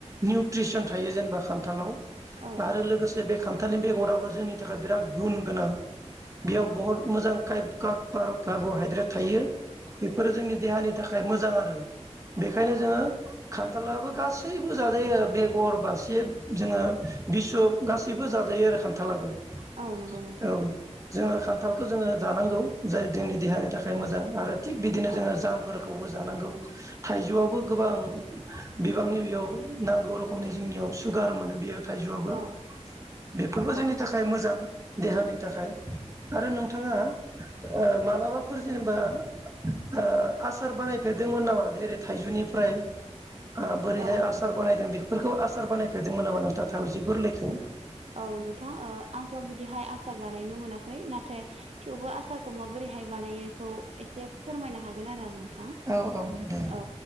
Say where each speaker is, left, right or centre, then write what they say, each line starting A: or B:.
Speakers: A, on the right (about 25°); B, on the right (about 60°).
A: निउट्रिसन थायो जेनेबा खान थालाव
B: औ
A: आरो लोगोस जे बे खान्थालनि बेगराबो जोंनि थाखाय बिराद गुन गोनां । बेयाव
B: औ
A: बहुद मोजां काइफ खाथ बार' कार्ब'हाइद्रेट थायो बेफोरो जोंनि देहानि थाखाय मोजां आरो बेखायनो
B: औ
A: जोङो
B: औ
A: खान्थालाबो गासैबो जाजायो बेगर बासिर जोङो बिशुब गासैबो जाजायो आरो खान्थालाबो ।
B: औ नंगौ नोंथां
A: औ जोङो खान्थालखौ जोङो जानांगौ जाय जोंनि देहानि थाखाय मोजां आरो थिग बिदिनो
B: औ
A: जोङो जामफोरखौबो जानांगौ। थाइजौआबो
B: औ
A: गोबां बिबांनि बेयाव नांगौ रखमनि जोंनियाव सुगार मोनो बेयो थाइजौआबो
B: औ
A: बेफोरबो
B: औ
A: जोंनि थाखाय मोजां देहानि थाखाय आरो नोंथाङा ओ मालाबाफोर जेनेबा ओ आसार बानायफेरदोंमोन नामा जेरै थाइजौनिफ्राय? ओ बोरैहाय
B: औ
A: आसार बानायदों बेख फोरखौ आसार बानायद फेरदोंमोन नामा नोंथाङा थावजि गोरलैखौ?
B: औ नोंथां ओ आंथ' बिदिहाय आस सार बानायनो मोनाखै नाथ थाय थेवबो आसारखौ माबोरैहाय बानायो बेखौ एसे फोरमायनो हागोन आरो आं नोंथां
A: औ औ दे
B: औ